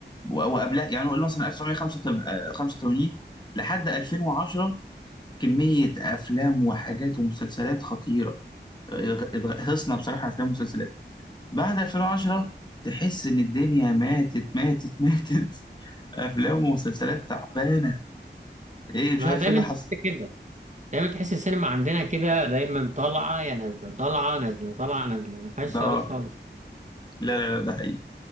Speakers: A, on the left; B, on the right.
A: و- وقبلها يعني نقول مثلا 1985 لحد 2010 كمية افلام وحاجات ومسلسلات خطيرة غ- غ- هصنا بصراحة أفلام ومسلسلات بعد 2010 تحس ان الدنيا ماتت ماتت ماتت <laughs> افلام ومسلسلات تعبانه ايه مش
B: ما
A: عارف
B: دايما
A: ايه اللي
B: تحس
A: حصل
B: كده دايما تحس السينما عندنا كده دايما طالعه يا نازله طالعه نازله طالعه نازله ما فيهاش
A: ده
B: ثبات
A: آه.
B: خالص
A: لا لا لا ده حقيقي